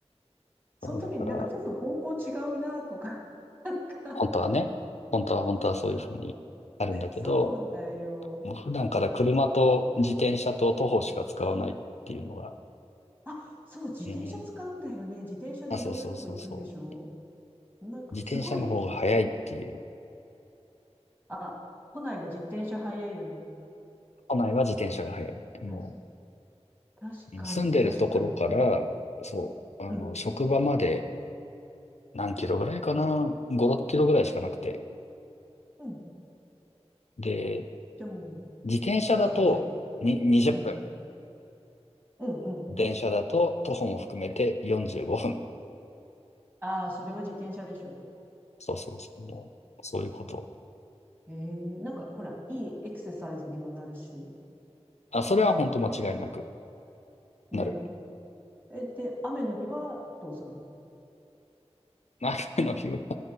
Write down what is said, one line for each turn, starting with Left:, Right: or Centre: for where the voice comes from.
Right: その時になんかちょっと方向違うなとか、
Left: そう、だから、
Right: <laughs> なんか、
Left: 本当はね、本当は本当はそういうふうにあるんだけど、
Right: そうだよ。
Left: もう普段から車と自転車と徒歩しか使わないっていうのが、
Right: あ、そう、自転車使うんだよね。
Left: うん。
Right: 自転車でいろんなとこ行くんでしょ
Left: あ、そうそうそうそう。
Right: なんか、
Left: 自転車の方が早いっていう。
Right: すごい、あ、都内は自転車早いよね。
Left: 都内は自転車が早い。もう
Right: たし、確かに、
Left: 住んでるところから、
Right: 確かに。
Left: そう、あの、
Right: うん
Left: 職場まで何キロぐらいかな ?5、6キロぐらいしかなくて。
Right: うん。
Left: で、
Right: じゃあもう、
Left: 自転車だとに20分。
Right: 自転車で。うん。うん、うん。
Left: 電車だと徒歩も含めて45分。
Right: ああ、それは自転車でしょ
Left: そうそうそう。もうそういうこと。
Right: ええなんか、ほら、いいエクササイズにもなるし。
Left: あ、それは本当間違いなく
Right: ね
Left: なる。
Right: え。え、で、雨の日はどうするの
Left: 雨の日は